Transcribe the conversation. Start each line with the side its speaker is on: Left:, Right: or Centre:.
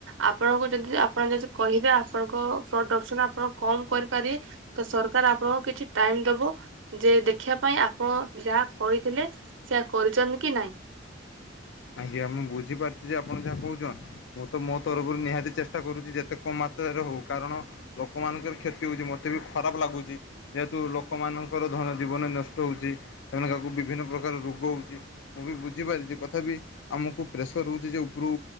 Right: ଆପଣଙ୍କୁ ଯଦି ଆପଣ ଯଦି କହିବେ ଆପଣଙ୍କ ପ୍ରଡକ୍ସନ ଆପଣ କମ କରିପାରିବେ ତ ସରକାର ଆପଣଙ୍କୁ କିଛି ଟାଇମ ଦବ ଯେ ଦେଖିବା ପାଇଁ ଆପଣ ଯାହା କହିଥିଲେ ସେଆ କରିଛନ୍ତି କି ନାଇ?
Left: ଆଜ୍ଞା ମୁଁ ବୁଝିପାରୁଚଛି ଯେ ଆପଣ ଯାହା କହୁଛ। ମୁଁ ତ ମୋ ତରଫରୁ ନିହାତି ଚେଷ୍ଟା କରୁଛି ଯେତେ କମ ମାତ୍ରାରେ ହଉ କାରଣ ଲୋକମାନାନଙ୍କର କ୍ଷତି ହଉଛି ମତେ ବି ଖରାପ ଲାଗୁଛି। ଯେହେତୁ ଲୋକମାନଙ୍କର ଜୀବନ ନଷ୍ଟ ହଉଛି ସେମାନେ କାହାକୁ ବିଭିନ୍ନ ପ୍ରକାର ରୋଗ ହଉଛି। ମୁଁ ବି ବୁଝିପାରି ଯେ କଥା ବି ଆମକୁ ପ୍ରେସର ରଉଛି ଯେ ଉପରୁ